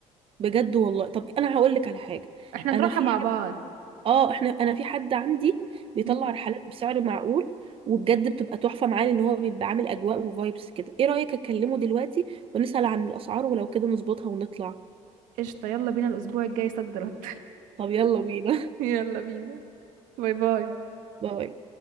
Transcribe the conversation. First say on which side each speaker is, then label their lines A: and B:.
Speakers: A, on the right; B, on the right.
A: بجد والله طب انا هقول لك على حاجه
B: احنا
A: انا
B: نروحها
A: في
B: مع
A: حد
B: بعض
A: اه احنا انا في حد عندي بيطلع
B: مم.
A: رحلات بسعر معقول وبجد بتبقى تحفه معاه لان هو بيبقى عامل اجواء وفايبس كده ايه رايك اكلمه دلوقتي ونسال عن الاسعار ولو كده نظبطها ونطلع
B: قشطة يلا بينا الأسبوع الجاي صد رد
A: طب يلا بينا
B: <laughs> يلا بينا باي باي
A: <laughs> باي